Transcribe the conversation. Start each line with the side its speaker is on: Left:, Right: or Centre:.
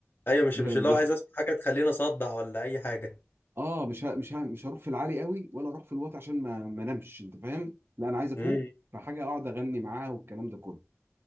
Left: ايوه
Right: <laughs>
Left: مش مش اللي هو عايز اسمع حاجه تخليني اصدع ولا اي حاجه
Right: اه مش ه... مش ه... مش هروح في العالي قوي ولا اروح في الواطي عشان ما ما انامش انت فاهم لا انا عايز افوق
Left: امم
Right: فحاجه اقعد اغني معاها والكلام ده كله